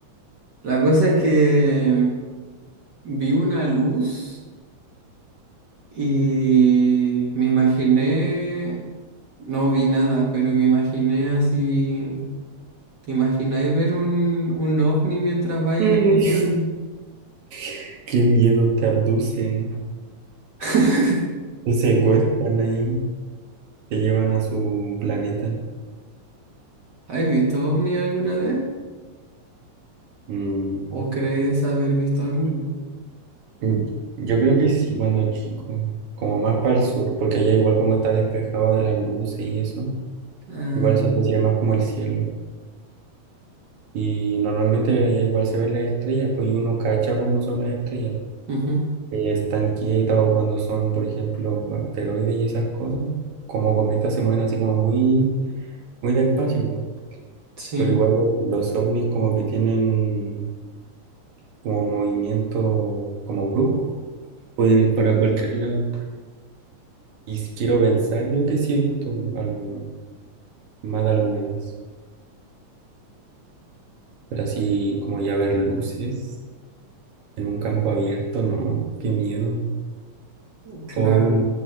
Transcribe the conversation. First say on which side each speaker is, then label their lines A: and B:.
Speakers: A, on the right; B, on the right.
A: La cosa es que vi una luz y me imaginé, no vi nada, pero me imaginé así. ¿Te imagináis ver un, un ovni mientras vais
B: Mm.
A: en el avión?
B: <laughs> Qué miedo, te abducen,
A: <laughs>
B: te secuestran ahí, te llevan a su planeta.
A: ¿Has visto ovni alguna vez?
B: Mm,
A: ¿O crees haber visto alguno?
B: mm, Yo creo que sí, cuando chico, como más para el sur, porque allá igual como está despejado de las luces y eso,
A: Ah,
B: igual se aprecia más como el cielo. Y normalmente allá igual se ven las estrellas, pues y uno cacha cómo son las estrellas,
A: ujú,
B: que están quietas o cuando son, por ejemplo, asteroides y esas cosas, como cometas se mueven así como muy, muy despacio, po.
A: Sí,
B: pero igual lo- los ovnis como que tienen como movimiento como brusco, pueden ir para cualquier lado. Y si quiero pensar, yo que sí he visto alguno, más de alguna vez, pero así como ya ver luces en un campo abierto, no, qué miedo.
A: claro.
B: O ver un,